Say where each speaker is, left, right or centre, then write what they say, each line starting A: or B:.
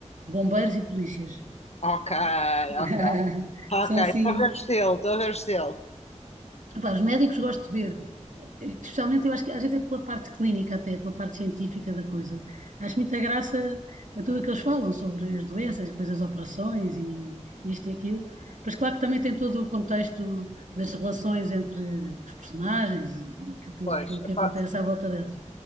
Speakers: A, on the right (about 85°); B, on the left (about 60°).
A: bombeiros e polícias.
B: Ok,
A: <laughs>
B: ok, ok,
A: São assim,
B: estou a ver o estilo, estou a ver o estilo.
A: pá, os médicos gosto de ver, especialmente eu acho que às vezes é pela parte clínica até, pela parte científica da coisa. Acho muita graça a tudo o que eles falam sobre as doenças, depois as operações e isto e aquilo. Mas claro que também tem todo o contexto das relações entre os personagens e aquilo tudo
B: Pois,
A: que, que acontece
B: pá,
A: à volta deles.